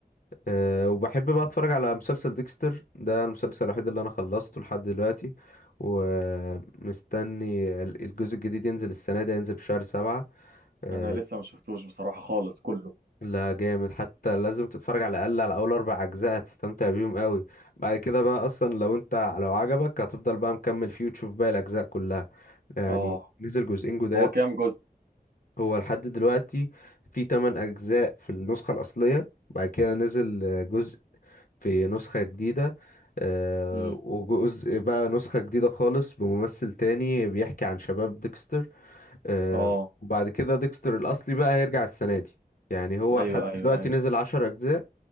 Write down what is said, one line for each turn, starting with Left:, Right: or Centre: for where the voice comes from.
Left: أه وبحب بقى اتفرج على مسلسل ديكستر ده المسلسل الوحيد اللي انا خلصته لحد دلوقتي ومستني ال- الجزء الجديد ينزل السنة دي ينزل في شهر سبعة أه
Right: انا لسه ما شفتوش بصراحه خالص كله
Left: لا جامد حتى لازم تتفرج على الأقل على أول أربع أجزاء هتستمتع بيهم قوي بعد كده بقى أصلا لو أنت لو عجبك هتفضل بقى مكمل فيه وتشوف باقي الأجزاء كلها يعني
Right: اه
Left: نزل جزئين جداد
Right: هو كام جزء
Left: هو لحد دلوقتي في 8 أجزاء في النسخة الأصلية بعد كده نزل آه، جزء في نسخة جديدة آه،
Right: امم
Left: وجزء بقى نسخة جديدة خالص بممثل تاني بيحكي عن شباب ديكستر آه،
Right: اه
Left: وبعد كده ديكستر الأصلي بقى هيرجع السنة دي يعني هو
Right: ايوه
Left: لحد
Right: ايوه
Left: دلوقتي
Right: ايوه
Left: نزل 10 أجزاء